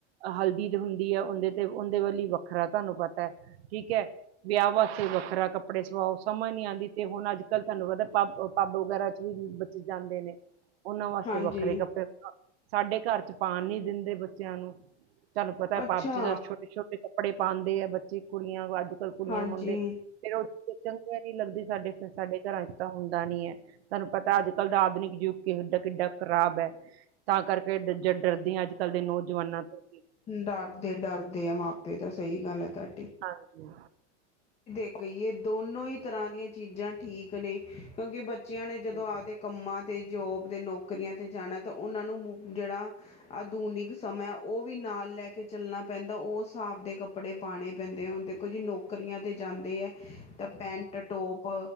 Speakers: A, on the right; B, on the left.
A: ਹਲਦੀ ਜੋ ਹੁੰਦੀ ਹੈ ਉਹਦੇਂ ਤੇ ਉਹਦੇਂ ਵੱਲੀ ਵੱਖਰਾ ਤੁਹਾਨੂੰ ਪਤਾ ਹੈ। ਠੀਕ ਹੈ, ਵਿਆਹ ਵਾਸਤੇ ਵੱਖਰਾ ਕੱਪੜੇ ਸਵਾਓ ਸਮਝ ਨੀ ਆਂਦੀ। ਤੇ ਹੁਣ ਅੱਜ ਕੱਲ੍ਹ ਤੁਹਾਨੂੰ ਪਤਾ ਪਬ ਵਗੈਰਾ ਚ ਵੀ ਬੱਚੇ ਜਾਂਦੇ ਨੇ। ਉਹਨਾਂ ਵਾਸਤੇ
B: ਹਾਂਜੀ
A: ਵੱਖਰੇ ਕੱਪੜੇ ਸਾਡੇ ਘਰ ਚ ਪਾਉਣ ਨੀ ਦਿੰਦੇ ਬੱਚਿਆਂ ਨੂੰ। ਤੁਹਾਨੂੰ ਪਤਾ
B: ਅੱਛਾ
A: ਪਬ ਚ ਛੋਟੇ, ਛੋਟੇ ਕੱਪੜੇ ਪਾਉਂਦੇ ਆ ਬੱਚੇ ਕੁੜੀਆਂ ਅੱਜ। ਸਬ ਕੁੜੀਆਂ
B: ਹਾਂਜੀ
A: ਮੁੰਡੇ ਫਿਰ ਚੰਗੇ ਨੀ ਲੱਗਦੀ ਸਾਡੇ, ਸਾਡੇ ਘਰਾਂ ਚ ਤਾਂ ਹੁੰਦਾ ਨੀ ਹੈ। ਤੁਹਾਨੂੰ ਪਤਾ ਅੱਜ ਕੱਲ੍ਹ ਦਾ ਆਧੁਨਿਕ ਯੁੱਗ ਕਿਹੋ ਜਿਹਾ ਕਿੱਡਾ ਖ਼ਰਾਬ ਹੈ। ਤਾਂ ਕਰਕੇ ਜੇ ਡਰਦੀ ਅੱਜ ਕੱਲ੍ਹ ਦੇ ਨੌਜਵਾਨਾਂ ਤੋਂ। ਵੀ।
B: ਡਾਰਦੇ ਡਾਰਦੇ ਆ ਮਾਪੇ ਤਾਂ ਸਹੀ ਗੱਲ ਹੈ ਤੁਹਾਡੀ।
A: ਹਾਂਜੀ
B: ਤੇ ਕਹੀਏ ਦੋਨੋ ਹੀ ਤਰ੍ਹਾਂ ਦੀਆਂ ਚੀਜ਼ਾਂ ਠੀਕ ਨੇ। ਕਿਉਂਕਿ ਬੱਚਿਆਂ ਨੇ
A: ਹਮ,
B: ਜਦੋਂ ਆਪਦੇ। ਕੰਮਾਂ 'ਤੇ ਜੋਬ ਤੇ ਨੌਕਰੀਆਂ 'ਤੇ ਜਾਣਾ ਤਾਂ ਉਹਨਾਂ ਨੂੰ ਮੁ ਜਿਹੜਾ ਆਧੁਨਿਕ ਸਮਾਂ ਉਹ ਵੀ ਨਾਲ ਲੈ ਕੇ ਚੱਲਣਾ ਪੈਂਦਾ। ਉਸ ਹਿਸਾਬ ਦੇ ਕੱਪੜ ਕੱਪੜੇ ਪਾਉਣੇ ਪੈਂਦੇ ਹੁਣ ਦੇਖੋ ਜੀ ਨੌਕਰੀਆਂ। ਤੇ ਜਾਂਦੇ ਹੈ। ਤਾਂ ਪੈਂਟ ਟੋਪ